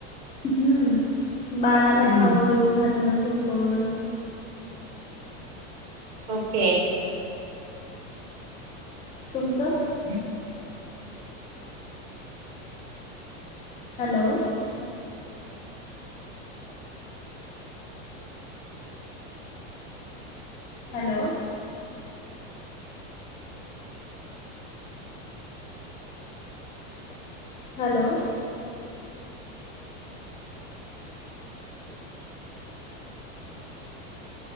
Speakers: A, on the left; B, on the right.
A: हम्म बाळाला
B: हम्म
A: खाऊ पिऊ घालणं झोपवणं.
B: ओके.
A: तुमचं?
B: ह.
A: हॅलो. हॅलो. हॅलो.